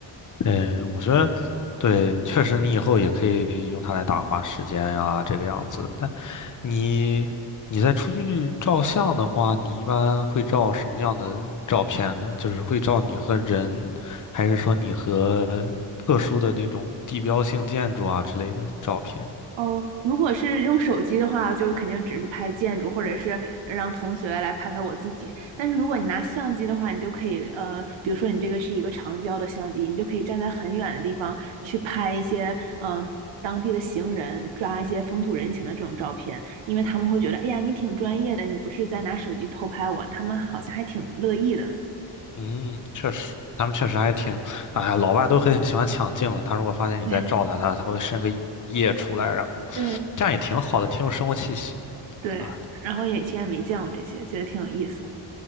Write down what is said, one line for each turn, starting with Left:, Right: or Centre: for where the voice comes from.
Left: 嗯，我觉得对，确实你以后也可以用它来打发时间呀，这个样子。但你你在出去照相的话，你一般会照什么样的照片呢？就是会照你和人，还是说你和特殊的那种地标性建筑啊之类的照片？
Right: 哦，如果是用手机的话，就肯定只是拍建筑，或者是让同学来拍拍我自己。但是如果你拿相机的话，你就可以，呃，比如说你这个是一个长焦的相机，你就可以站在很远的地方去拍一些，嗯、当地的行人，抓一些风土人情的这种照片，因为他们会觉得，哎呀，你挺专业的，你不是在拿手机偷拍我，他们好像还挺乐意的。
Left: 嗯，确实，他们确实还挺，哎呀，老外都很喜欢抢镜了。他如果发现你在照他，
Right: <laughs> 对
Left: 他他会伸个叶出来，然后
Right: 对
Left: 这样也挺好的，挺有生活气息的啊。
Right: 对，然后也以前也没见过这些，觉得挺有意思的。